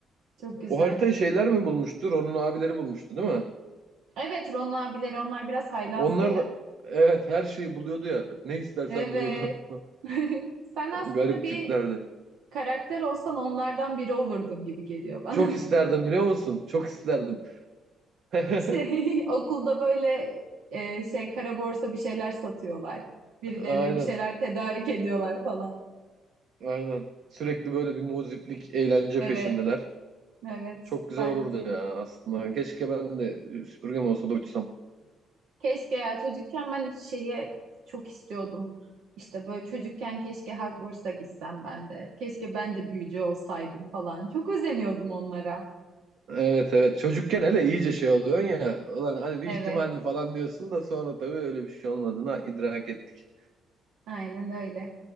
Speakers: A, on the right; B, on the right.
A: Çok güzel.
B: O haritayı şeyler mi bulmuştu? Ron'un abileri bulmuştu değil mi?
A: Evet, Ron abileri onlar biraz haylazdı
B: Onlar
A: ya.
B: da evet her şeyi buluyordu ya. Ne istersen
A: Evet.
B: buluyordu.
A: <laughs> Sen aslında
B: <laughs> Garip
A: bir
B: tiplerdi.
A: karakter olsan onlardan biri olurdun gibi geliyor bana.
B: Çok isterdim
A: <laughs>
B: biliyor musun? Çok isterdim. <laughs>
A: İşte <laughs> okulda böyle e, şey kara borsa bir şeyler satıyorlar. Birilerine
B: Aynen.
A: bir şeyler tedarik ediyorlar falan.
B: Aynen. Sürekli böyle bir muziplik, eğlence
A: Evet,
B: peşindeler.
A: evet
B: Çok güzel
A: bence.
B: olurdu ya aslında. Keşke ben de süpürgem olsa da uçsam.
A: Keşke ya çocukken ben şeye çok istiyordum. İşte böyle çocukken keşke Hogwarts'a gitsem ben de. Keşke ben de büyücü olsaydım falan. Çok özeniyordum onlara.
B: Evet evet. Çocukken hele iyice şey oluyorsun ya. Ulan hani bir
A: Evet,
B: ihtimal mi falan diyorsun da sonra tabii öyle bir şey olmadığını idrak ettik.
A: aynen öyle.